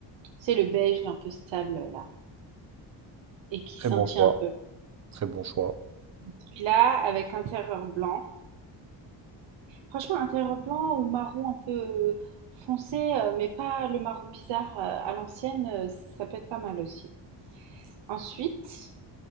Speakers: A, on the right (about 75°); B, on the right (about 40°).
A: c'est le beige un peu sable là, et qui
B: Très
A: scintille
B: bon choix.
A: un peu.
B: Très bon choix.
A: Celui-là avec intérieur blanc. Franchement, intérieur blanc ou marron un peu euh, foncé, euh, mais pas le marron bizarre euh, à l'ancienne, euh, ça peut être pas mal aussi. Ensuite,